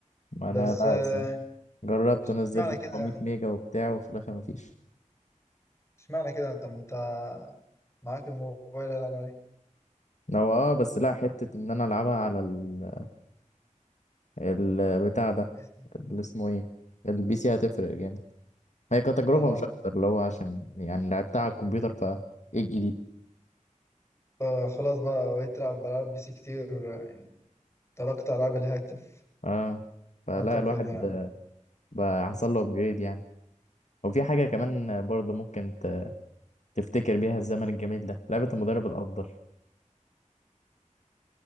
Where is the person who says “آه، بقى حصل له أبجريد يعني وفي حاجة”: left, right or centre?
Left